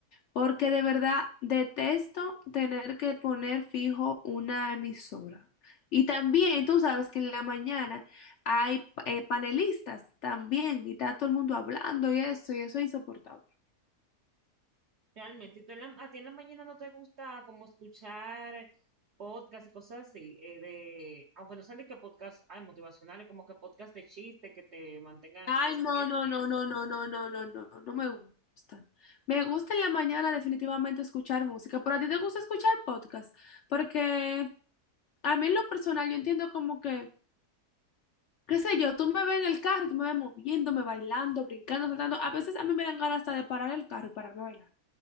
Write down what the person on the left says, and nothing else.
Porque de verdad detesto tener que poner fijo una emisora. Y también tú sabes que en la mañana hay eh, panelistas también y está todo el mundo hablando y eso, y eso es insoportable.
Ay,
no, no,
no, no, no, no, no, no, no, no me gusta. Me gusta en la mañana definitivamente escuchar música, pero a ti te gusta escuchar podcast, porque a mí en lo personal yo entiendo como que, qué sé yo, tú me ves en el carro, tú me ves moviéndome, bailando, brincando, saltando. A veces a mí me dan ganas hasta de parar el carro y pararme a bailar.